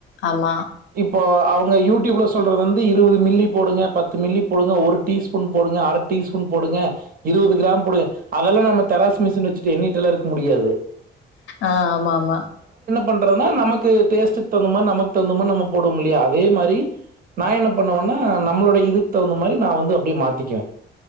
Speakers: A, on the left; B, on the right.
A: ஆமா.
B: இப்போ அவுங்க யூடியூப்ல சொல்றது வந்து இருவது மில்லி போடுங்க பத்து மில்லி போடுங்க ஒரு டீஸ்பூன் போடுங்க அர டீஸ்பூன் போடுங்க இருவது க்ராம் போடுங்க அதெல்லா நம்ம தெராசு மிஷின் வெச்சிட்டு எண்ணிட்டெல்லா இருக்க முடியாது
A: ஆ ஆமா ஆமா
B: பண்றத்னா நமக் கு டேஸ்ட்டுக் தௌந்த மார் நமக்கு தௌந்த மாரி நம்ம போடுவோமில்லயா அதே மாரி நா என்ன பண்ணுவன்னா நம்மளோட இதுக் தௌந்த மாரி நா வந்து அப்பிடியே மாத்திக்கிவே